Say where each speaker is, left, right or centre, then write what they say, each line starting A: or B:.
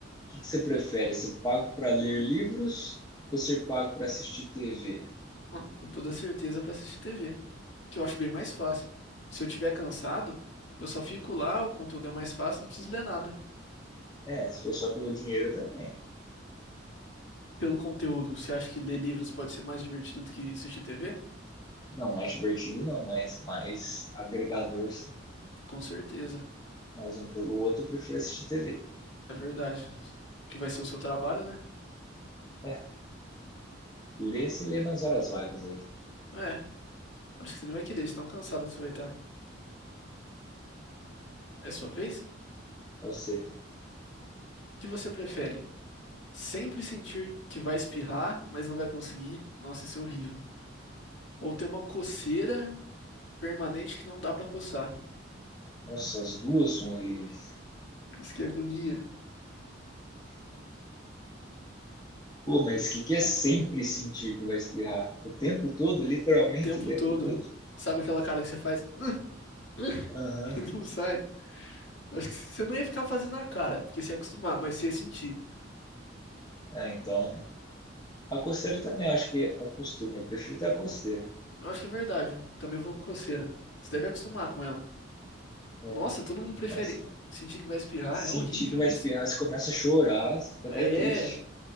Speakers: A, on the left (about 20°); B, on the left (about 70°).
A: O que que você prefere? Ser pago para ler livros ou ser pago para assistir TV?
B: Ah, Com toda certeza pra assistir TV, que eu acho bem mais fácil. Se eu tiver cansado, eu só fico lá, o conteúdo é mais fácil, não preciso ler nada.
A: É, se for só pelo dinheiro também.
B: pelo conteúdo, você acha que ler livros pode ser mais divertido do que assistir TV?
A: Não, mais divertido não, mas mais agregador sim.
B: Com certeza,
A: Mais um pelo outro, eu prefiro assistir TV.
B: é verdade. Que vai ser o seu trabalho, né?
A: É, lê se lê nas horas vagas aí.
B: É, acho que você não vai querer, de tão cansado que você vai estar. É sua vez? O
A: É o C.
B: que você prefere? Sempre sentir que vai espirrar, mas não vai conseguir? Nossa, isso é horrível. Ou ter uma coceira permanente que não dá pra coçar?
A: Nossa, as duas são horríveis.
B: Nossa, que agonia.
A: Pô, mas o que, que é sempre sentir que vai espirrar? O tempo todo, literalmente
B: O tempo
A: o tempo
B: todo.
A: todo?
B: Sabe aquela cara que você faz <laughs>
A: Aham. Uhum.
B: e não sai? Acho que você não ia ficar fazendo a cara, porque você ia acostumar, mas você ia sentir.
A: É, então. A coceira também, eu acho que acostuma. Eu prefiro ter a coceira.
B: Eu acho que é verdade. Também vou com coceira. Você deve acostumar com ela. Nossa,
A: É.
B: todo mundo prefere
A: Mas
B: sentir que vai espirrar.
A: sentir
B: É horrível
A: que vai
B: isso.
A: espirrar, você começa a chorar, você fica até
B: É.
A: triste.